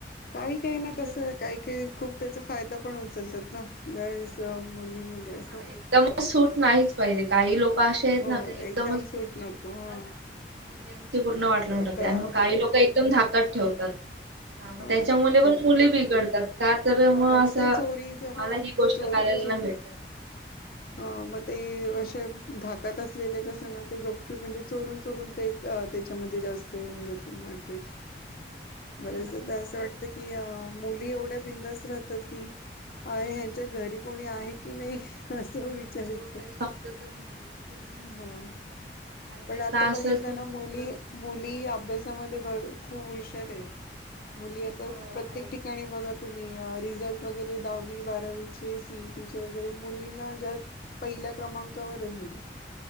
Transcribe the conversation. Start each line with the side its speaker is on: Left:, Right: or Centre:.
Left: काही
Right: त्याच्यामुळे
Left: काही ना कसं काय काय खूप त्याचा फायदा पण उचलतात ना गरेस मुलीमध्ये असं
Right: हा एकदमच सूट नाहीच पाहिजे काही लोक अशे आहेत
Left: हो
Right: ना काही एकदमच
Left: एकदम
Right: पूर्ण
Left: सूट नको
Right: <inaudible>
Left: हा
Right: त्यांची पूर्ण वाट लावून
Left: का
Right: टाकते
Left: का
Right: आणि मग काही लोक एकदम धाकात ठेवतात. हा मग
Left: हो
Right: त्याच्या मुले पण
Left: ते
Right: मुली बिघडतात. का तर मग
Left: हो ना
Right: असं
Left: ते चोरीच
Right: मला
Left: ह
Right: ही गोष्ट
Left: चोरून
Right: करायला
Left: चोर
Right: भेटते.
Left: ह मग ते अशे
Right: ना.
Left: धाकत असते केल कस ना ते गपचूप म्हणजे चोरून चोरून ते अ त्याच्यामध्ये जास्त हे हून जात <inaudible> बरेचदा
Right: त्यांना पण थोडं
Left: असं वाटते की मुली एवढ्या भिन्नस राहतात की <inaudible> ह्यांच्ये घरी कोणी आहे की नाही अस विचार
Right: हो
Left: येतो
Right: काही समजतच नाही तेच ना.
Left: हो.
Right: काय
Left: पण
Right: कायना
Left: आता
Right: असं
Left: बघितलं
Right: की म्हणजे
Left: ना मुली
Right: थोडा
Left: मुली अभ्यासामध्ये भर खूप हुशार आहेत मुली आता
Right: हो
Left: प्रत्येक
Right: आहेत
Left: ठिकाणी बघा तुम्ही या रिझल्ट वगैरे दहावी बारावीचे सी ई टी चे वगैरे मुलींना ज्या पहिल्या क्रमांकावर हाय मुली